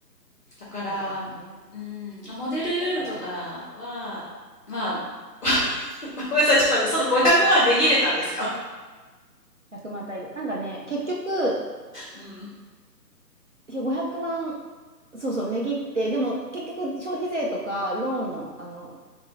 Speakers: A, in the centre; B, on the right (about 45°).
A: だから、
B: 感じだからね。
A: うん。あモデルルームとかは、
B: だったら
A: まあ、<laughs> ごめんなさい、ちょっと待って、その500万値切れたんですか
B: 100万1万単位で、なんかね、結局、
A: うん。
B: ひ500万そうそう、値切って、でも結局消費税とかローンの、あの、